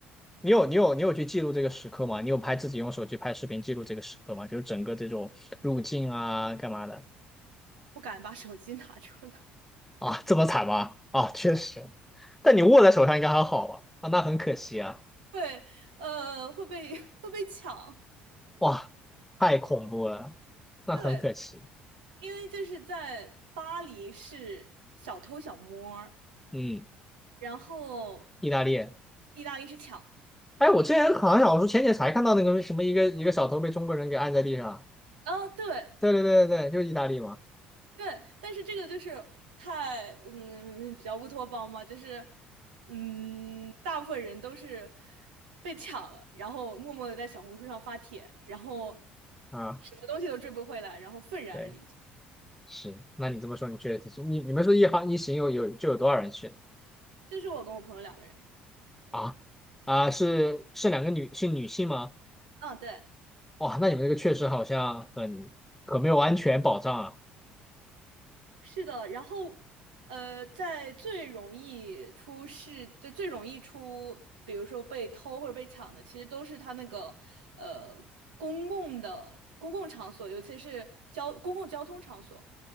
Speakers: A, in the centre; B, on the right.
A: 你有你有你有去记录这个时刻吗？你有拍自己用手机拍视频记录这个时刻吗？就是整个这种入境啊，干嘛的
B: 不敢把手机拿出来，
A: 啊？这么惨吗？啊，确实。但你握在手上应该还好吧？啊，那很可惜啊。
B: <laughs> 对，呃，会被 <laughs> 会被抢，
A: 哇，太恐怖了，那很可惜。
B: 对，因为就是在巴黎是小偷小摸儿
A: 嗯。
B: 然后
A: 意大利。
B: 意大利是抢，
A: 哎，我之前好像我说前几天才看到那个什么一个一个小偷被中国人给按在地上。
B: 啊，对
A: 对对对对对，就是意大利嘛。
B: 对，但是这个就是太嗯比较乌托邦嘛，就是嗯，大部分人都是被抢了，然后默默的在小红书上发帖，然后
A: 啊，
B: 什么东西都追不回来，然后愤然而离。
A: 对，是。那你这么说，你确实你你们说一行一行有有就有多少人去呢？
B: 就是我跟我朋友两个人，
A: 啊啊，是是两个女是女性吗？
B: 嗯，对。
A: 哇，那你们这个确实好像很很没有安全保障啊
B: 是的，然后，呃，在最容易出事，就最容易出，比如说被偷或者被抢的，其实都是它那个，呃，公共的公共场所，尤其是交公共交通场所，